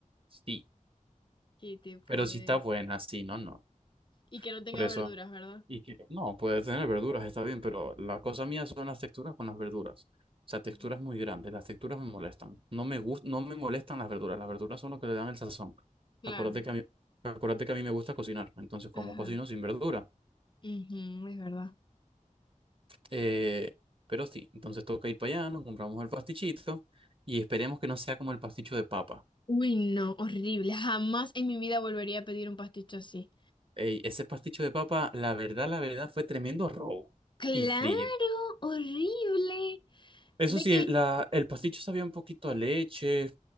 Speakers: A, on the right; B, on the left.
A: sí,
B: ¿Qué te puedes?
A: pero si está buena, sí, no, no.
B: Y que no tenga
A: Por eso.
B: verduras, ¿verdad?
A: Y que no, puede tener verduras, está bien, pero la cosa mía son las texturas con las verduras. O sea, texturas
B: Mm.
A: muy grandes, las texturas me molestan. No me gust- no me molestan las verduras, las verduras son lo que le dan el sazón.
B: Claro.
A: Acuérdate que a mí, acuérdate que a mí me gusta cocinar, entonces como
B: Ajá.
A: cocino sin verdura.
B: Ujú, es verdad.
A: Eh, pero sí, entonces toca ir para allá, nos compramos el pastichito y esperemos que no sea como el pasticho de papa.
B: Uy, no, horrible. Jamás en mi vida volvería a pedir un pasticho así.
A: Ey, ese pasticho de papa, la verdad, la verdad, fue tremendo robo
B: Claro,
A: y frío.
B: horrible.
A: Eso
B: Ve
A: sí,
B: que
A: el, la, el pasticho sabía un poquito a leche,